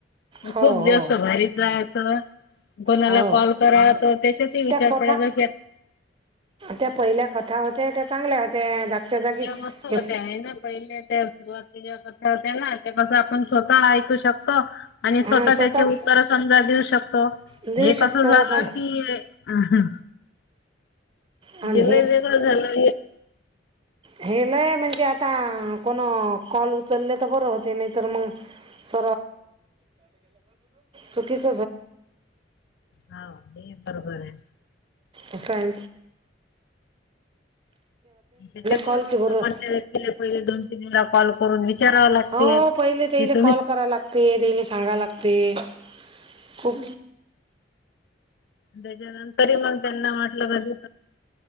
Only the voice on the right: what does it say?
हो
हो
हो
त्या कथा
त्या पहिल्या कथा होत्या त्या चांगल्या होत्या. जागीच
हे
हं,
स्वतःच
देऊ
शकतो
पण
आणि
हेलय म्हणजे आता कोण कॉल उचलले तर बरं होते नाहीतर मग स चुकीच
अससाा
कॉल की बरं
हो
पहिले तेले
कॉल कराय लागते ते सांगाय लागते ते ख